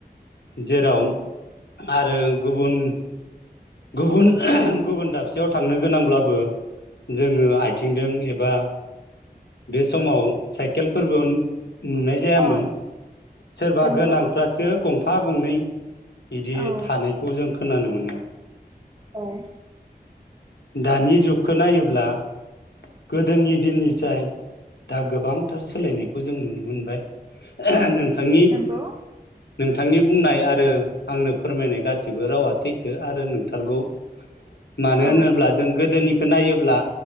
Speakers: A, on the left; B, on the right.
A: जेराव आरो गुबुन गुबुन गुबुन दाबसेयाव थांनो गोनांब्लाबो जोङो आथिंदों एबा बे समाव साइकेलफोरबो नुनाय जायामोन
B: औ
A: सोरबा
B: नंगौ
A: गोनांफ्रासो गंफा गंनै इदि
B: औ
A: थानायखौ जों ख खोनानो मोनो
B: औ
A: दानि जुगखो नायोब्ला गोदोनि दिननिजाय दा गोबांथार सोलायनायखौ जों नुनो मोनबाय नोंथांनि
B: नंगौ
A: नोंथांनि बुंनाय आरो आंनो फोरमायनाय गासिबो रावा सैथो आरो नोंथारगौ मानो
B: औ
A: होनोब्ला जों गोदोनि खो नायोब्ला